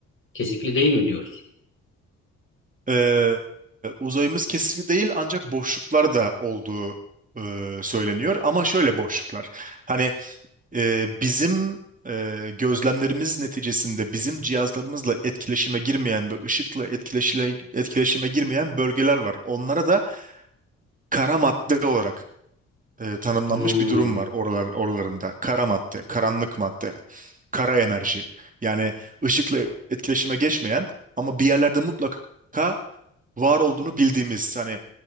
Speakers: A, on the left (about 40°); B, on the right (about 25°).
A: kesikli değil mi diyoruz?
B: E, uzayımız kesikli değil ancak boşluklar da olduğu e, söyleniyor. Ama şöyle boşluklar. Hani e, bizim e, gözlemlerimiz neticesinde bizim cihazlarımızla etkileşime girmeyen ve ışıkla etkileşile, etkileşime girmeyen bölgeler var. Onlara da kara madde olarak e, tanımlanmış
A: Hmm.
B: bir durum var oralar, oralarında. Kara madde, karanlık madde, kara enerji. Yani ışıkla etkileşime geçmeyen ama bir yerlerde mutlaka var olduğunu bildiğimiz hani